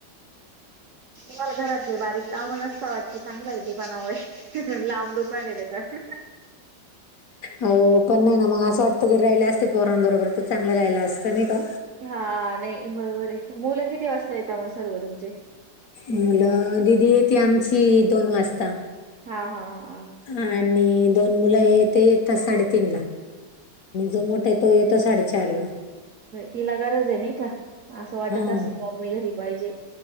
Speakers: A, on the right; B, on the left.
A: तुम्हाला घरातले बारीक काम नसता वाटत चांगला आहे दुकानामुळे लां दुकान आहे त्याचं..
B: हो पण नाही ना मग असं वाटतं घरी राहिला असतं पोरां बरोबर तर चांगलं रायला असतं नाही का.
A: हा नाही बरोबर आहे मुलं किती वाजता येता मग सर्व तुमचे,
B: मुलं दिदी येते आमची दोन वाजता.
A: हा हा हा
B: आणि दोन मुलं आहे ते येतात साडेतीन ला. जो मोठा आहे तो येतो साडेचार ला.
A: हिला गरज आहे नाही का असं वाटत
B: हा
A: असेल मम्मी घरी पाहिजे.